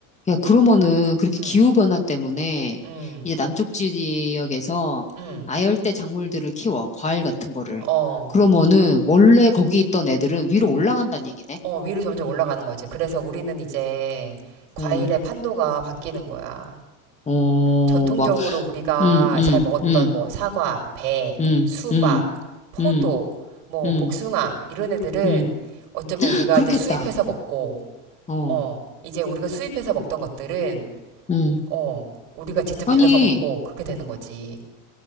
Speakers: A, on the left (about 15°); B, on the right (about 80°).
A: 야, 그러면은 그렇게
B: 응,
A: 기후변화 때문에
B: 응,
A: 이제 남쪽 지역에서
B: 응.
A: 아열대 작물들을 키워, 과일 같은 거를.
B: 어,
A: 그러면은 원래 거기 있던 애들은 위로 올라간다는 얘기네.
B: 어, 위로 점점 올라가는 거지. 그래서 우리는 이제 과일의
A: 어,
B: 판도가 바뀌는 거야.
A: 어,
B: 전통적으로
A: 막,
B: 우리가
A: 음, 음,
B: 잘 먹었던
A: 음,
B: 뭐 사과, 배,
A: 음,
B: 수박,
A: 음,
B: 포도,
A: 음,
B: 뭐
A: 음,
B: 복숭아, 이런 애들은
A: 음.
B: 어쩌면 우리가
A: 그렇겠다.
B: 이제 수입해서 먹고,
A: 어,
B: 어, 이제 우리가 수입해서 먹던 것들은
A: 음.
B: 어, 우리가 직접
A: 아니,
B: 길러서 먹고 그렇게 되는 거지.